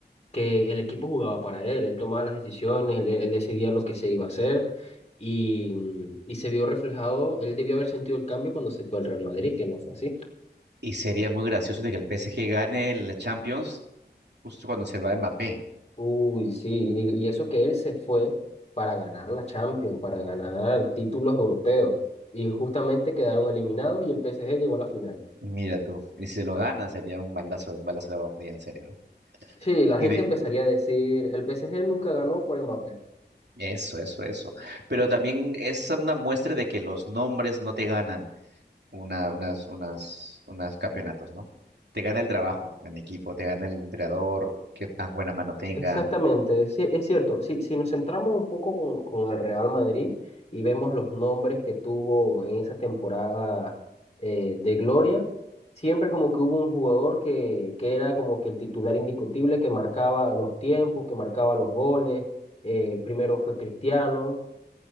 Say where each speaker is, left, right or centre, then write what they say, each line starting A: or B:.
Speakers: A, on the left; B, on the right.
A: que el equipo jugaba para él, él tomaba las decisiones, él, él decidía lo que se iba a hacer y, y se vio reflejado, él debió haber sentido el cambio cuando se fue al Real Madrid, que no fue así.
B: y sería muy gracioso de que el PSG gane la Champions justo cuando se va Mbappé.
A: Uy, sí, y, digo- y eso que él se fue para ganar la Champions, para ganar títulos europeos, y justamente quedaron eliminados y el PSG llegó a la final.
B: Mira tú, y si se lo gana sería un baldazo, un balazo de agua fría, en serio. ¿eh?
A: Sí, la
B: Y
A: gente
B: de
A: empezaría a decir, el PSG nunca ganó por Mbappé,
B: eso, eso, eso. Pero también es una muestra de que los nombres no te ganan una, unas, unas, unas campeonatos, ¿no? Te gana el trabajo en equipo, te gana el entrenador, qué tan buena mano tenga.
A: Exactamente, sí, es cierto. Si, si nos centramos un poco con, con el Real Madrid y vemos los nombres que tuvo en esa temporada eh, de gloria, siempre como que hubo un jugador que, que era como que el titular indiscutible, que marcaba los tiempos, que marcaba los goles. eh, primero fue Cristiano,